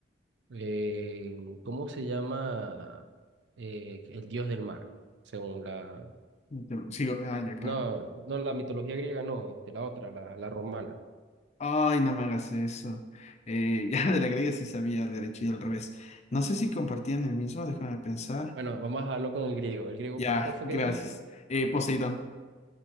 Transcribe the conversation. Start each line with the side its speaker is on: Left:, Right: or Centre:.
Right: Eh, ¿cómo se llama eh, el dios del mar? Según la...
Left: Pero Sigo, ah,
Right: eh,
Left: ya, claro.
Right: no, no la mitología griega, no, este, la otra, la, la romana.
Left: Ay, no me hagas eso. Eh, <laughs> ya de la griega sí sabía el derecho y al revés. No sé si compartían el mismo, déjame pensar.
Right: Bueno, vamos a hablar con el griego. ¿El griego
Left: Ya,
Right: cuál fue
Left: gracias.
Right: que dijiste?
Left: Eh, Poseidón.